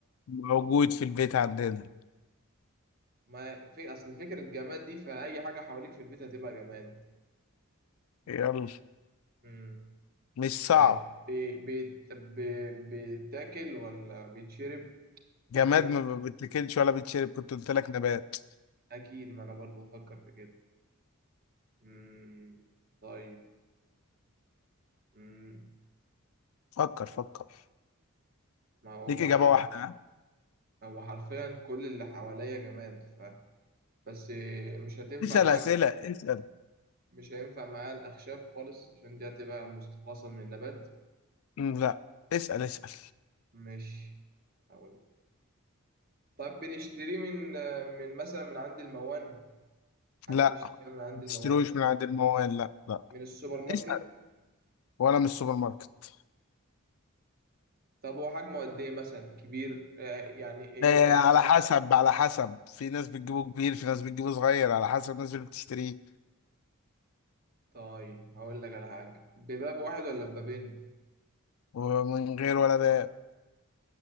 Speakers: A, on the left; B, on the right.
A: موجود في البيت عندنا
B: ما في أصل فكرة جماد دي فأي حاجة حواليك في البيت هتبقى جماد
A: يلا
B: مم.
A: مش صعب
B: طيب بي... بيت... بي... بيتاكل ولا بيتشرب
A: جماد
B: ولا حاجات
A: ما بتاكلش ولا بتشرب كنت قلت لك نبات
B: أكيد ما أنا برضه بفكر في كده مم. طيب مم.
A: فكر فكر
B: ما هو
A: ليك اجابه
B: يعني
A: واحده ها؟
B: هو حرفيا كل اللي حواليا جماد ف بس مش هتنفع
A: اسال
B: معاك
A: اسئله اسال
B: مش هينفع معايا الأخشاب خالص عشان دي هتبقى مستخلصة من النبات
A: مم، لا اسال اسال
B: مش هقول طب بنشتريه من من مثلا من عند الموان حاجة
A: لا
B: بنشتريها من عند
A: ما
B: الموان
A: تشتروش من عند الموال لا لا
B: من السوبر ماركت
A: اسال ولا من السوبر ماركت
B: طب هو حجمه قد إيه مثلا كبير آه، يعني
A: آه
B: يقدر
A: على حسب على حسب في ناس بتجيبه كبير في ناس بتجيبه صغير على حسب الناس اللي بتشتريه
B: طيب هقول لك على حاجة بباب واحد ولا ببابين
A: ومن غير ولا ده